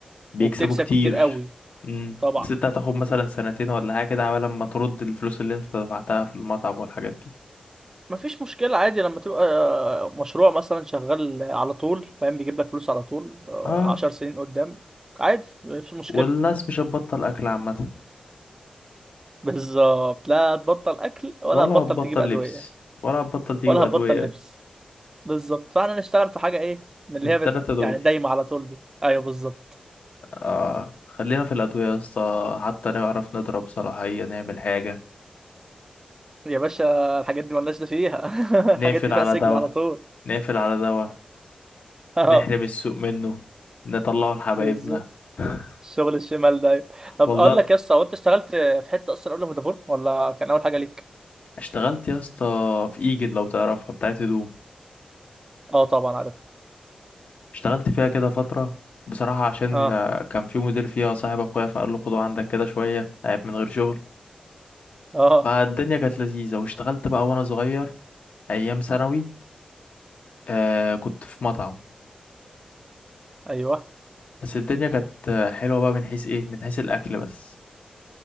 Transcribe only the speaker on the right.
وبتكسب
كتير قوي
طبعا
مفيش مشكلة عادي لما تبقى آه، مشروع مثلا شغال على طول فاهم بيجيب لك فلوس على طول آه،
عشر سنين قدام عادي مفيش مشكلة
بالظبط لا هتبطل أكل ولا
هتبطل
تجيب أدوية
ولا
هتبطل لبس بالظبط فاحنا نشتغل في حاجة إيه من اللي
هي
بت...
يعني دايمة على طول دي أيوه بالظبط
يا باشا الحاجات دي ملناش ده فيها
<laughs> الحاجات دي
فيها سجن
على طول
<laughs> اه
بالظبط
الشغل الشمال ده أيوة. طب
اقول لك يا اسطى هو انت اشتغلت في حته اصلا قبل فودافون ولا كان اول حاجه ليك
اه طبعا عارف
اه
اه
ايوه